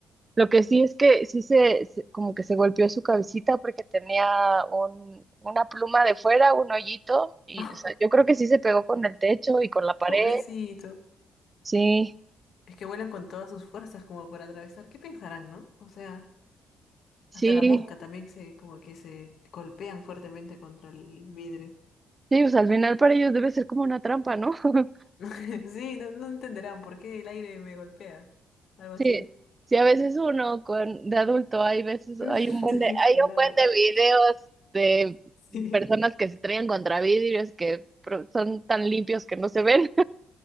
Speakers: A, on the right (about 25°); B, on the left (about 65°).
A: Lo que sí es que sí se, se- como que se golpeó su cabecita porque tenía un, una pluma de fuera, un hoyito, y
B: <laughs>
A: o sea, yo creo que sí se pegó con el techo y con la pared.
B: Pobrecito.
A: Sí,
B: Es que vuelan con todas sus fuerzas como para atravesar. ¿Qué pensarán, no? O sea,
A: sí,
B: hasta la mosca también se, como que se golpean fuertemente contra el vidrio.
A: sí, pues al final para ellos debe ser como una trampa, ¿no? <laughs>
B: <laughs> Sí, no, no entenderán por qué el aire me golpea. Algo
A: Sí,
B: así.
A: sí, a veces uno con de adulto hay veces
B: <laughs>
A: hay un buen de hay
B: Nada. nada.
A: un buen de videos de
B: Sí.
A: personas que se traen contra vidrios que pro- son tan limpios que no se ven.